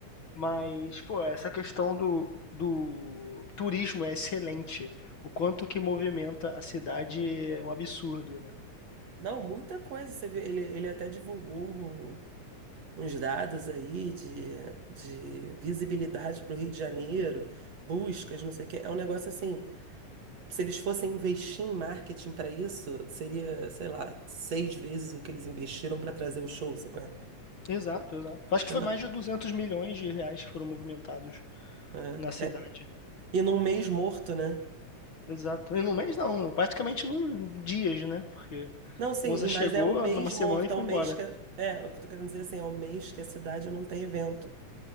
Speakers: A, on the left; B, on the right.
A: Mas, pô, essa questão do, do turismo é excelente. O quanto que movimenta a cidade é um absurdo, né?
B: Não, muita coisa. Você vê, ele, ele até divulgou um- uns dados aí de, de visibilidade para o Rio de Janeiro, buscas, não sei o quê. É um negócio assim. Se eles fossem investir em marketing para isso, seria, sei lá, seis vezes o que eles investiram para trazer o show, sabe? qual é?
A: Exato, exato. Acho que
B: É,
A: foi
B: não,
A: mais de 200 milhões de reais que foram movimentados
B: é,
A: na cidade.
B: é. E num mês morto, né?
A: Exato. E no mês não, praticamente num dias, né? Porque
B: Não, sim,
A: a moça
B: e-
A: chegou
B: mas é um mês
A: numa semana
B: morto,
A: e foi
B: é um
A: embora.
B: mês que. É, o que eu tô querendo dizer assim, é um mês que a cidade não tem evento.